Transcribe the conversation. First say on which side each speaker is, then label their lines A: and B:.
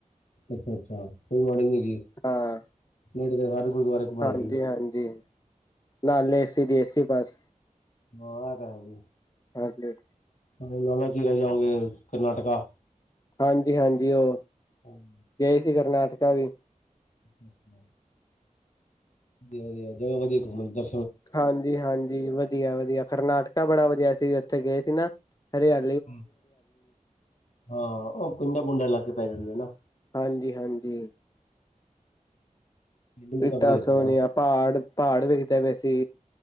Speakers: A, on the left; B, on the left.
A: ਅੱਛਾ ਅੱਛਾ, ਕੋਈ ਮੋਡਿੰਗ ਨੀ ਹੈਗੀ ਐ,
B: ਹਾਂ
A: ਨਹੀਂ ਤਾਂ ਫੇਰ ਹਰ ਗੁਰਦੁਆਰੇ ਘੁਮਾਏਗੀ
B: ਹਾਂਜੀ ਹਾਂਜੀ, ਨਾਲੇ ਏ-ਸੀ ਦੀ ਏ-ਸੀ ਬੱਸ।
A: ਮਹਾਰਾਜ।
B: ਓਕੇ।
A: ਨਾਲੇ ਨਾਨਕ ਝੀਰਾ ਜਾਓਗੇ ਕਰਨਾਟਕਾ?
B: ਹਾਂਜੀ ਹਾਂਜੀ ਓ।
A: ਹਮ
B: ਗਏ ਸੀ ਕਰਨਾਟਕਾ ਵੀ।
A: ਅੱਛਾ। ਵਧੀਆ ਵਧੀਆ, ਜਗਾ ਵਧੀਆ ਘੁੰਮਣ ਦ
B: ਹਾਂਜੀ ਹਾਂਜੀ, ਵਧੀਆ ਵਧੀਆ ਕਰਨਾਟਕਾ ਬੜਾ ਵਧੀਆ ਸੀ, ਉੱਥੇ ਗਏ ਸੀ ਨਾ ਹਰਿਆ
A: ਹੂੰ। ਹਾਂ, ਉਹ ਪਿੰਡਾਂ ਪੁੰਡਾ ਲਾਕੇ ਪੈ ਜਾਂਦੇ ਨੇ ਨਾ।
B: ਹਾਂਜੀ ਹਾਂਜੀ।
A: ਪਿੰਡ ਵੀ
B: ਰੀਤਾ
A: ਕਾਫੀ ਇੱਥੇ
B: ਸੋਨੀਆ
A: ਨਾ
B: ਪਹਾੜ ਪਹਾੜ ਵੇਖਦੇ ਪਏ ਸੀ।